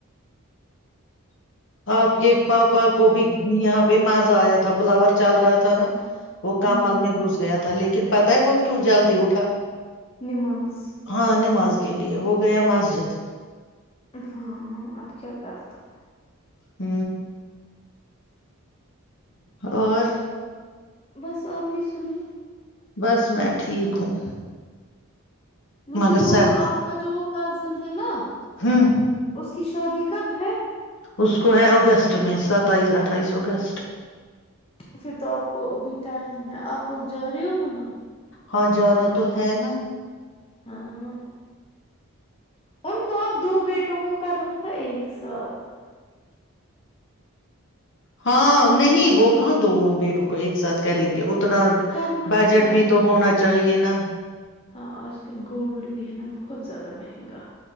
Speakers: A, on the left (about 55°); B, on the left (about 25°).
A: آپ کے پاپا کو بھی یہاں پہ مزہ آیا تھا بلاور چل رہا تھا نا وہ
B: ہوں
A: کامل میں گھس گیا تھا لیکن لیکن پتہ ہے وہ کیوں جلدی اٹھا
B: نماز
A: ہاں نماز کے لیے وہ گیا مسجد
B: ہاں اب کیا کرتا
A: ہ اور
B: بس آپ ہی سنو
A: بس میں ٹھیک ہوں
B: مجھے
A: مگر
B: بولو
A: سر
B: آپ کا جو وہ کزن ہے نا
A: ہوں
B: اس کی شادی کب ہے
A: اس کو ہے اگست میں ستائیس اٹھائیس اگست
B: پھر تو آپ کو ابھی ٹائم ہے آپ لوگ ج او ماں
A: ہاں جانا تو ہے نا
B: ہاں ان کو دو بیٹوں کو کر رہا تھا ایک ساتھ
A: ہاں نہیں وہ کہاں دونوں بیٹوں کو ایک ساتھ کہ دیں گے اتنا
B: کرنا
A: بجٹ
B: تھا
A: بھی تو ہونا چاہیے نا
B: ہاں آج کل گولڈ بھی ہے نا بہت زیادہ مہنگا